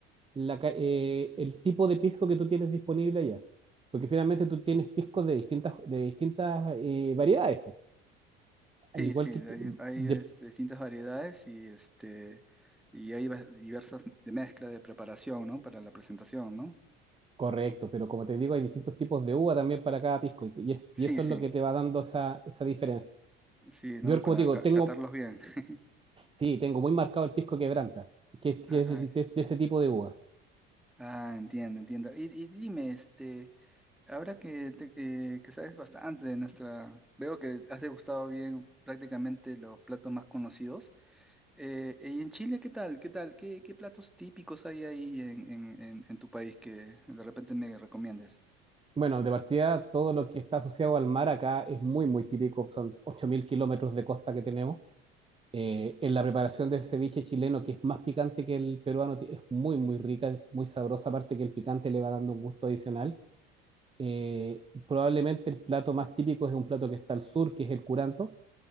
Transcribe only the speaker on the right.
la ca- eh, el tipo de pisco que tú tienes disponible allá. Porque finalmente tú tienes piscos de distintas, de distintas eh, variedades, po.
Al igual
que... ti-
de-
correcto, pero como te digo, hay distintos tipos de uva también para cada pisco. Y, y es-
y eso
es lo que te va dando esa, esa diferencia.
Yo,
como te digo,
tengo,
sí, tengo muy marcado el pisco quebranta, que, que
es
el- de, de ese tipo de uva.
Bueno, de partida, todo lo que está asociado al mar acá es muy, muy típico. Son 8.000 kilómetros de costa que tenemos. Eh, en la preparación del ceviche chileno, que es más picante que el peruano, ti- es muy, muy rica, es muy sabrosa, aparte que el picante le va dando un gusto adicional. Eh, probablemente el plato más típico es un plato que está al sur, que es el curanto,